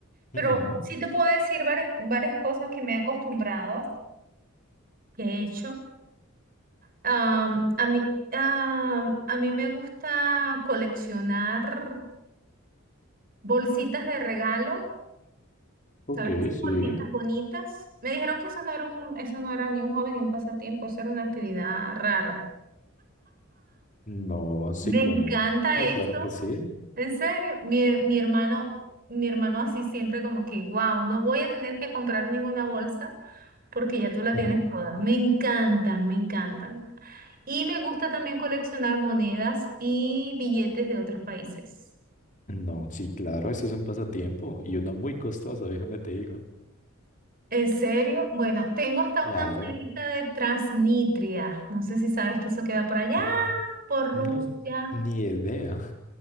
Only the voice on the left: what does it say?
Ujú.
Ok,
sí.
No, sí
cuenta.
Ah,
claro que sí.
Ujú.
No, sí, claro, eso es un pasatiempo y uno muy costoso, déjame te digo.
Claro.
Mm,
No, ni idea,